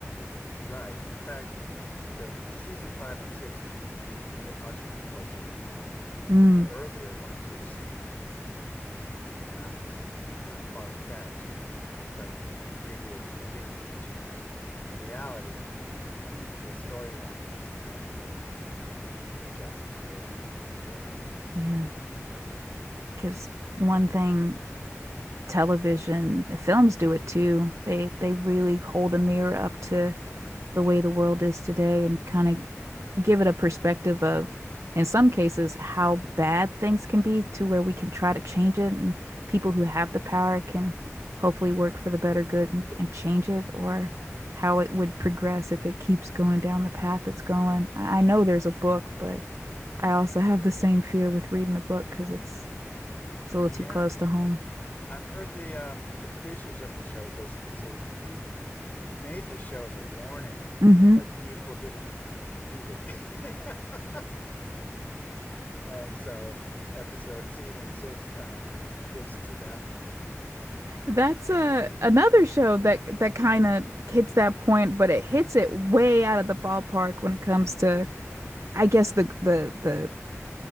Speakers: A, on the left; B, on the right.
A: right. In fact, the season five and six hit much closer to home
B: Mm,
A: than the earlier ones, which seem like seem not seem kind of far fetched. But maybe as things have changed in reality, and the storyline is kind of moved to adjust to those things as well.
B: yeah, because one thing. television, the films do it too. They they really hold a mirror up to the way the world is today and kind of give it a perspective of, in some cases, how bad things can be to where we can try to change it and people who have the power can hopefully work for the better good and, and change it or how it would progress if it keeps going down the path it's going. I, I know there's a book, but I also have the same fear with reading a book because it's it's a little
A: Yeah,
B: too close to home.
A: I've heard the um, the producers of the show basically say we we made this show as a warning,
B: Mm-hmm.
A: uh, but people didn't f- heed it. <laughs> And so episode season six kind of gets to that point.
B: That's a another show that that kind of hits that point, but it hits it way out of the ballpark when it comes to, I guess the the the